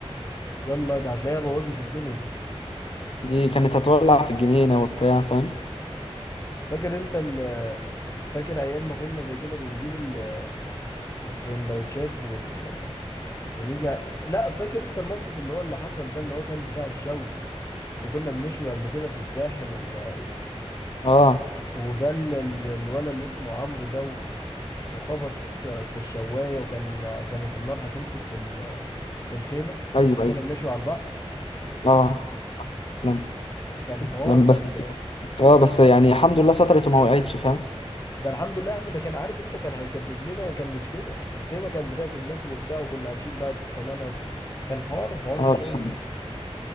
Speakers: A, on the left; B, on the left.
A: يلا ده هتلاقيها بوظت الدنيا دي
B: دي كانت هتولع في الجنينة وبتاع فاهم
A: فاكر انت ال فاكر ايام ما كنا زي كده بنجيب ال- السندوتشات وال... ونيجي لا فاكر انت الموقف اللي هو اللي حصل ده اللي هو كان بتاع الشوي اللي كنا بنشوي قبل كده في الساحل و... و...
B: اه
A: وجل ال- الولد اللي اسمه عمرو ده و... وخبط في الشواية وكان كانت النار هتمسك في ال... في الخيمة
B: ايوه
A: لما
B: ايوه
A: كنا بنشوي على البحر
B: اه لم
A: كان حوار
B: لم
A: ده
B: بس
A: خلي بالك
B: اه بس يعني الحمد لله سترت وما وقعتش فاهم
A: ده الحمد لله يا عم ده كان عارف انت كان هيسبب لنا كان مشكلة الخيمة كانت بتاعت الناس وبتاع وكنا هنشيل بقى تمنها كان حوار حوار
B: اه
A: الشوي
B: دي الحمد لله.